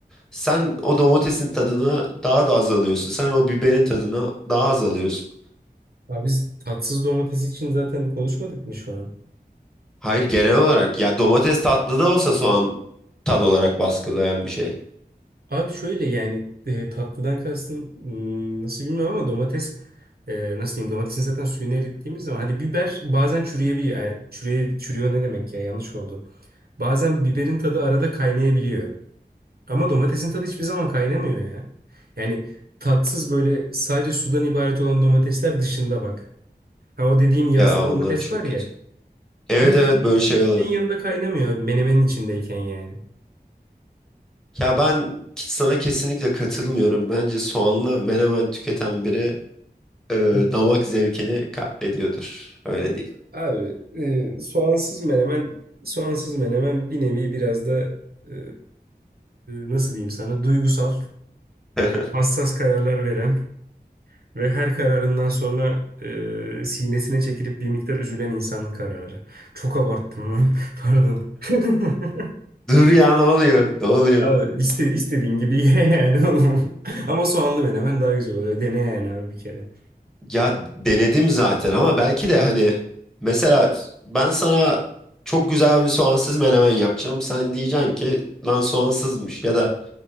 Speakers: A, in the centre; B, on the right (about 65°).
A: sen o domatesin tadına daha da az alıyorsun. Sen o biberin tadına daha az alıyorsun.
B: Abi biz tatsız domates için zaten konuşmadık mı şu an?
A: Hayır genel olarak ya domates tatlı da olsa soğan tad olarak baskılayan bir şey.
B: Abi şöyle yani e, tatlıdan kastın hmm, nasıl bilmiyorum ama domates e, nasıl diyeyim domatesin zaten suyunu erittiğimiz zaman hadi biber bazen çürüyebiliyor. Yani çürüye, çürüyor ne demek ya yanlış oldu. Bazen biberin tadı arada kaynayabiliyor. Ama domatesin tadı hiçbir zaman kaynamıyor ya. Yani tatsız böyle sadece sudan ibaret olan domatesler dışında bak. Ha o dediğin yazlık
A: Ya onlar
B: domates
A: çok
B: var ya.
A: kötü.
B: Onun
A: Evet
B: tadı
A: evet
B: hiçbir
A: böyle şey olan.
B: şeyin yanında kaynamıyor abi, menemenin içindeyken yani.
A: Ya ben sana kesinlikle katılmıyorum. Bence soğanla menemen tüketen biri e,
B: Hı.
A: damak zevkini katlediyordur. Öyle diyeyim.
B: Abi e, soğansız menemen soğansız menemen bir nevi biraz da e, nasıl diyeyim sana duygusal,
A: <laughs>
B: hassas kararlar veren ve her kararından sonra e, sinesine çekilip bir miktar üzülen insan kararı. Çok abarttım lan. <laughs> Pardon. <laughs>
A: Dur ya ne oluyor? Ne oluyor?
B: Abi iste, istediğin gibi ye yani oğlum. <laughs> Ama soğanlı menemen daha güzel oluyor. Dene yani abi bir kere.
A: Ya denedim zaten ama belki de hani mesela ben sana çok güzel bir soğansız menemen yapacağım. Sen diyeceksin ki lan soğansızmış ya da